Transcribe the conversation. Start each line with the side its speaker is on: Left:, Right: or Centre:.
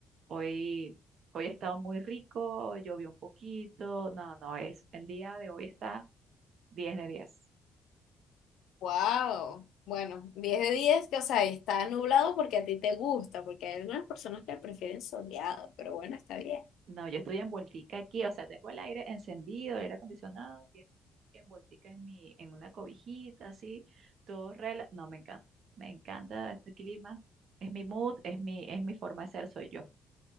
Right: Hoy, hoy ha estado muy rico, llovió un poquito. No, no, es el día de hoy está 10 de 10.
Left: Wow. Bueno, 10 de 10 que o sea, está nublado porque a ti te gusta, porque hay algunas personas que prefieren soleado, pero bueno, está bien.
Right: No, yo estoy envueltica aquí, o sea, tengo el aire encendido, el aire acondicionado, y estoy envueltica en mi, en una cobijita, así, todo rela. No, me encanta, me encanta este clima. Es mi mood, es mi, es mi forma de ser, soy yo.